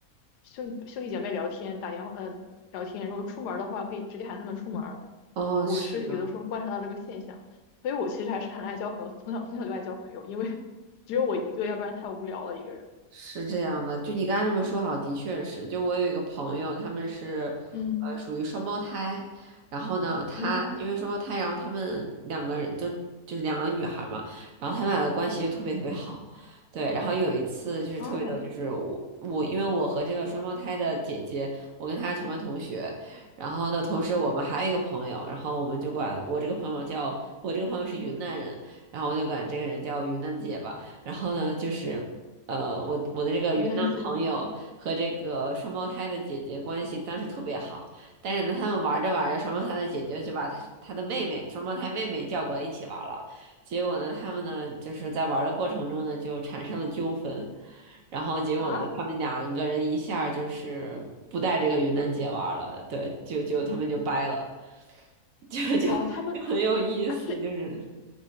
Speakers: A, on the left; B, on the right.
A: 兄兄弟姐妹聊天，打电话呃聊天，然后出门儿的话可以直接喊他们出门儿
B: 哦，
A: 我是有的时候观察到这个现象，
B: 是的。
A: 所以我其实还是很爱交朋友，从小从小就爱交朋友，因为 <laughs> 只有我一个，要不然太无聊了一个人。
B: 是这样的，就你刚才这么说，好，的确是。就我有一个朋友，他们是，
A: 嗯
B: 呃，属于双胞胎。然后呢，他因为双胞胎，
A: 嗯，
B: 然后他们两个人都就是两个女孩嘛，然后他们俩的关系就特别特别好。对，然后有一次就是特别逗，
A: 哦，
B: 就是我我因为我和这个双胞胎的姐姐，我跟她是同班同学。然后呢，同时我们还有一个朋友，然后我们就管我这个朋友叫我这个朋友是云南人，然后我就管这个人叫云南姐吧。然后呢，就是。呃，我我的这个云南朋友和这个双胞胎的姐姐关系当时特别好，
A: 没关系。
B: 但是呢，他们玩着玩着，双胞胎的姐姐就把她她的妹妹，双胞胎妹妹叫过来一起玩了。结果呢，他们呢就是在玩的过程中呢就产生了纠纷，然后结果呢，
A: 啊，
B: 他们两个人一下儿就是不带这个云南姐玩了，对，就就他们就掰了，<laughs> 就就就很有意思，
A: 哦，他们那他是
B: 就是